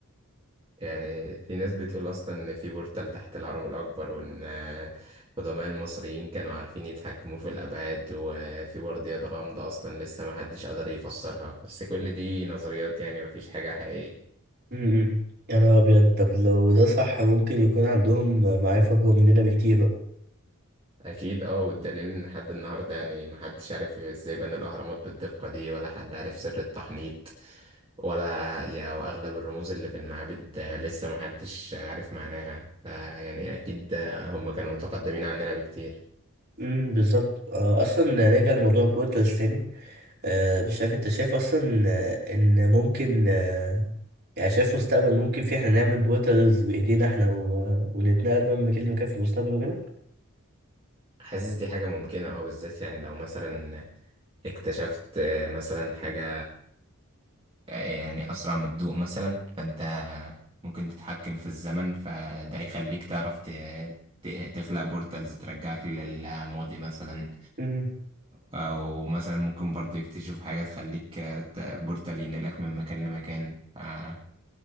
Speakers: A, on the right (about 25°); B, on the right (about 45°).
A: يعني في ناس بتقول أصلا إن في بورتال تحت الهرم الأكبر وإن آه، قدماء المصريين كانوا عارفين يتحكموا في الأبعاد وفي برديات غامضة أصلا لسه محدش قدر يفسرها بس كل دي نظريات يعني مفيش حاجة حقيقية
B: امم يا نهار أبيض طب لو ده صح ممكن يكون عندهم معارف أكبر مننا بكتير بقى
A: اكيد اه والدليل ان لحد النهارده يعني محدش عارف ازاي بنوا الاهرامات بالدقه دي ولا حد عارف سر التحنيط ولا يا واغلب الرموز اللي في المعابد آه، لسه محدش عارف معناها فيعني اكيد آه، هم كانوا متقدمين عننا بكتير
B: امم بالظبط آه، أصلا نرجع لموضوع بورتلز تاني آه، مش عارف أنت شايف أصلا آه، إن ممكن آه، يعني شايف مستقبل ممكن فيه إحنا نعمل بورتلز بإيدينا إحنا و- ونتنقل من مكان لمكان في المستقبل وكده
A: حاسس دي حاجه ممكنه اه بالذات يعني لو مثلا اكتشفت آه، مثلا حاجه آه، يعني اسرع من الضوء مثلا فانت ممكن تتحكم في الزمن فده يخليك تعرف ت- ت- تخلق بورتالز ترجعك للماضي مثلا
B: امم
A: أو مثلا ممكن برضه يكتشفوا حاجة تخليك آه، ت- بورتال ينقلك من مكان لمكان آه،